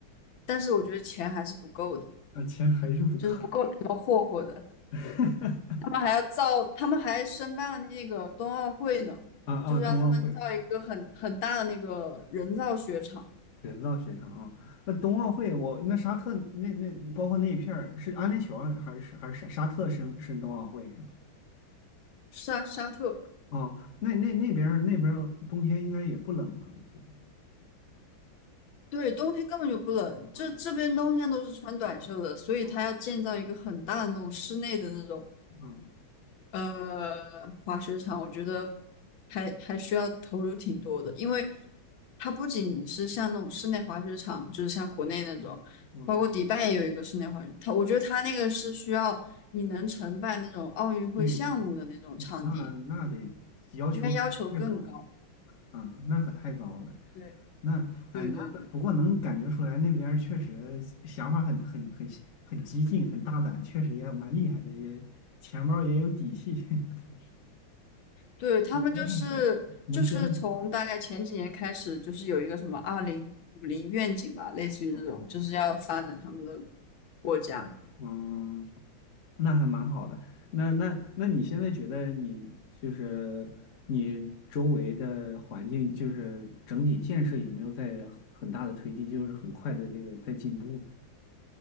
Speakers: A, on the left; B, on the left.
A: 但是我觉得钱还是不够的。
B: 呃钱还是不够
A: 就是不够他们霍霍的。
B: <laughs>
A: 他们还要造，他们还申办了那个冬奥会呢，
B: 啊啊，
A: 就是让他们造一个很很大的那个人造雪场，
B: 冬奥会人造雪场啊，那冬奥会我那沙特那那包括那一片儿是安联酋还是还是沙沙特申申冬奥会是吗？
A: 沙沙特。
B: 哦，那那那边儿那边儿冬天应该也不冷吧？我记得。
A: 对，冬天根本就不冷，这这边冬天都是穿短袖的，
B: 嗯
A: 所以他要建造一个很大的那种室内的那种
B: 嗯嗯
A: 呃，滑雪场我觉得还还需要投入挺多的，因为它不仅是像那种室内滑雪场，就是像国内那种，
B: 嗯，
A: 包括迪拜也有一个室内滑雪，它我觉得它那个是需要你能承办那种奥运会项目的那种场地，
B: 对，那那那得要求可太高了，
A: 应该要求更高。
B: 嗯，那可太高了。
A: 对
B: 那啊，
A: 对对对
B: 那不过能感觉出来那边儿确实想法很很很很激进，很大胆，确实也蛮厉害的，也钱包儿也有底气。<laughs>
A: 对，他们就是就是从大概前几年开始，
B: 折腾死了，能折腾
A: 就是有一个什么二零五零愿景吧，类似于这种，
B: 嗯，
A: 就是要发展他们的国家。
B: 嗯那还蛮好的。那那那你现在觉得你就是你周围的环境，就是整体建设有没有在很大的推进，就是很快的这个在进步呢？